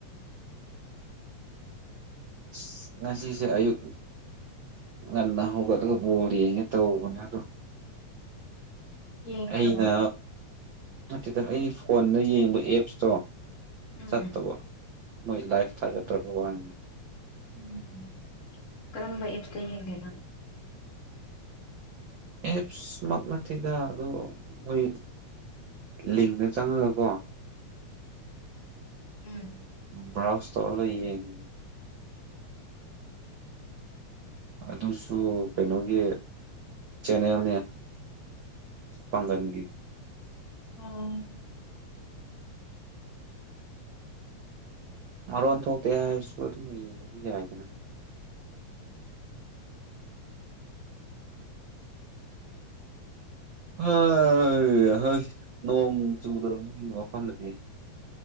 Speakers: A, on the right; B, on the left.
A: ꯑꯁ ꯉꯁꯤꯁꯦ ꯑꯌꯨꯛ ꯉꯟꯅ ꯍꯧꯒꯠꯂꯒ ꯕꯣꯜ ꯌꯦꯡꯉꯦ ꯇꯧꯕꯅꯦ ꯑꯗꯣ
B: ꯌꯦꯡꯗ꯭ꯔꯕꯣ
A: ꯑꯩꯅ ꯅꯠꯇꯦꯗ ꯑꯩ ꯐꯣꯟꯗ ꯌꯦꯡꯕ ꯑꯦꯞꯁꯇꯣ
B: ꯎꯝ
A: ꯆꯠꯇꯕꯣ ꯃꯣꯏ ꯂꯥꯏꯐ ꯊꯥꯒꯠꯇ꯭ꯔꯋꯥꯅꯤꯅ
B: ꯎꯝ ꯀꯔꯝꯕ ꯑꯦꯞꯁꯇ ꯌꯦꯡꯒꯦ ꯅꯪ
A: ꯑꯦꯞꯁꯃꯛ ꯅꯠꯇꯦ ꯑꯗꯣ ꯃꯣꯏ ꯂꯤꯡꯗ ꯆꯪꯉꯒꯀꯣ
B: ꯎꯝ
A: ꯕ꯭ꯔꯥꯎꯁ ꯇꯧꯔꯒ ꯌꯦꯡ ꯑꯗꯨꯁꯨ ꯀꯩꯅꯣꯒꯤ ꯆꯦꯅꯦꯜꯅꯦ ꯄꯥꯡꯒꯟꯒꯤ
B: ꯎꯝ
A: ꯃꯔꯣꯟ ꯊꯣꯛꯇꯦ ꯍꯥꯏꯔꯁꯨ ꯑꯗꯨꯝ ꯌꯦꯡꯕꯗꯤ ꯌꯥꯏꯗꯅ ꯍꯣꯏ ꯍꯣꯏ ꯅꯣꯡ ꯆꯨꯗ꯭ꯔꯣ ꯅꯣꯏ ꯃꯐꯝꯗꯗꯤ